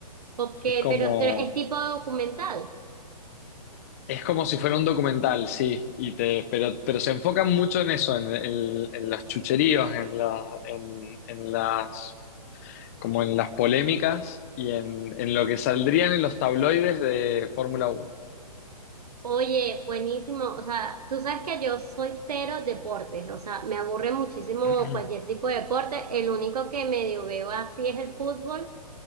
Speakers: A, on the right; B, on the left.
A: ok,
B: Es como
A: pero es, es tipo documental.
B: Es como si fuera un documental, sí, y te, pero, pero se enfocan mucho en eso, en, en- en los chucheríos, en, la- en, en las, como en las polémicas y en, en lo que saldrían en los tabloides de Fórmula uno
A: Oye, buenísimo. O sea, tú sabes que yo soy cero deportes. O sea, me aburre muchísimo
B: <clears throat>
A: cualquier tipo de deporte. El único que medio veo así es el fútbol